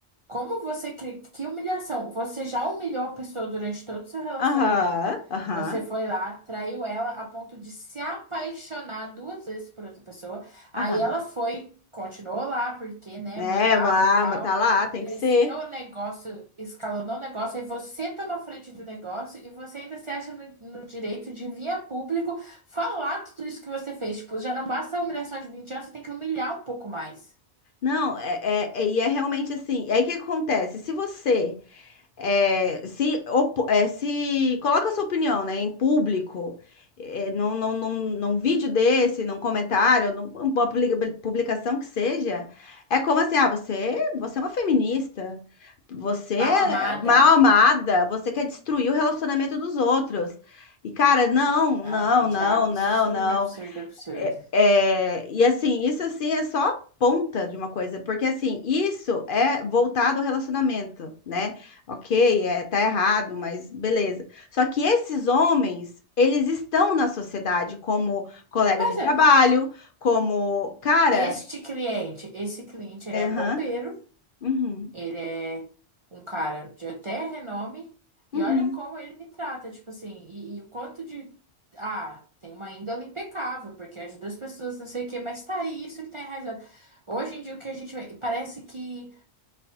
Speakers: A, on the right; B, on the left.
A: Como você cria? Que humilhação! Você já humilhou a pessoa durante todo o seu relacionamento.
B: aham, aham,
A: Você foi lá, traiu ela a ponto de se apaixonar duas vezes por outra pessoa. Aí
B: aham.
A: ela foi, continuou lá, porque, né,
B: Né,
A: mandavam
B: mas
A: e tal.
B: mas tá lá, tem
A: Cresceu
B: que ser.
A: o negócio, escalonou o negócio, aí você toma a frente do negócio e você ainda se acha no, no direito de vir a público falar tudo isso que você fez. Tipo, já não basta a humilhação de 20 anos, você tem que humilhar um pouco mais.
B: Não, é, é- é- e é realmente assim. E aí o que acontece? Se você é, se, opo- é, se coloca a sua opinião, né, em público, é, num, num, num, num vídeo desse, num comentário, numa publica- publicação que seja, é como assim, ah, você, você é uma feminista, você é
A: Mal amada.
B: mal amada, você quer destruir o relacionamento dos outros. E, cara, não,
A: Não,
B: não,
A: gente,
B: não,
A: é absurdo,
B: não, não.
A: absurdo, absurdo.
B: É, é, e assim, isso assim é só a ponta de uma coisa, porque assim, isso é voltado ao relacionamento, né? Ok, é, tá errado, mas beleza. Só que esses homens, eles estão na sociedade como colegas
A: Mas
B: de trabalho,
A: é,
B: como, cara,
A: este cliente, esse cliente,
B: é,
A: ele é
B: aham,
A: bombeiro,
B: uhum,
A: ele é um cara de até renome,
B: uhum,
A: e olha como ele me trata, tipo assim, e, e o quanto de. Ah, tem uma índole impecável, porque ajuda as pessoas, não sei o quê, mas tá aí, isso que tá enraizado. Hoje em dia, o que a gente vê- parece que